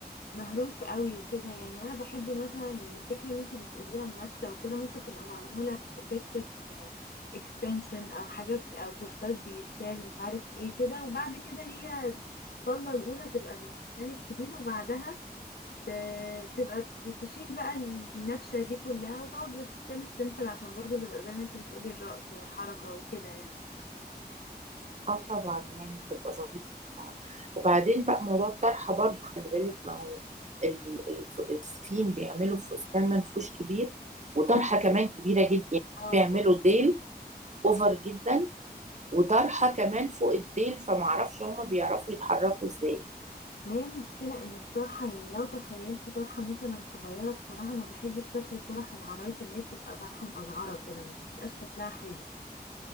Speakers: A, on the left (about 70°); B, on the right (about 45°).
A: مهروس قوي وكده يعني انا بحب مثلا يعني الفكره اللي انتي بتقوليها النفشه وكده ممكن تبقى معموله في فكره اكستنشن او حاجه بت- او كورساج بيتشال مش عارف ايه كده وبعد كده هي الصله الاولى تبقى بالفستان الكبير وبعدها ت- تبقى ت- تشيل بقى النفشه دي كلها وتقعد بالفستان السيمبل عشان برضو تبقى زي ما انتي بتقولي الرقص والحركه وكده يعني
B: اه طبعا يعني بتبقى ظريفة طبعا وبعدين بقى موضوع الطرحة برضو خلي بالك ما هو ال- الف- الصين بيعملوا فستان منفوش كبير وطرحة
A: مم.
B: كمان كبيرة جدا يعني
A: اه
B: بيعملوا ديل اوفر جدا وطرحة كمان فوق الديل فمعرفش هما بيعرفوا يتحركوا ازاي
A: ما هي المشكلة إن الطرحة يعني لو تخيلتي طرحة مثلا صغيرة بصراحة ما بحبش شكل طرح العرايس اللي هي بتبقى طرحة مقزعرة كده ما بيبقاش شكلها حلو